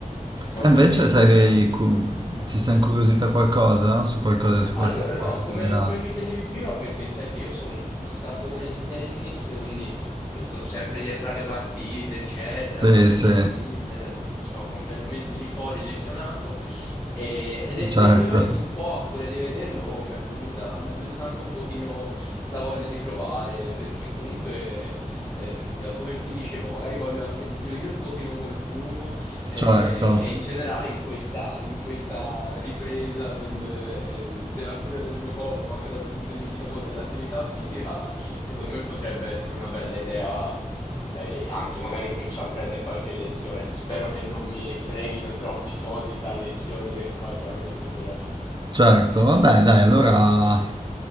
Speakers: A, on the left; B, on the right.
A: Ho
B: Te invece
A: capito,
B: sai
A: ho
B: che
A: capito.
B: cu- ti sei incuriosita qualcosa su qualcosa, su qualche
A: Allora,
B: sport
A: no,
B: in
A: come,
B: generale?
A: come mi chiedevi prima, perché sai che io sono un fissatone di tennis, quindi eh, sto sempre dietro alle partite, eccetera.
B: Sì,
A: Ora che
B: sì,
A: c'è Sinner, sto completamente di fuori, lesionato. E- ed effettivamente
B: certo,
A: un po' a furia di vederlo, oh, mi è venuta, mi è venuta anche un pochino la voglia di provare, perché comunque, ehm, come ti dicevo, magari voglio anche diminuire un pochino col fumo e,
B: certo,
A: e in generale in questa, in questa ripresa del, eh, della cura del mio corpo, anche dal punto di vista boh, dell'attività fisica, secondo me potrebbe essere una bella idea, eh, anche magari cominciare a prendere qualche lezione. Spero che non mi freghino troppi soldi tra lezioni ed equipaggiamento, però.
B: certo. Vabbè, dai, allora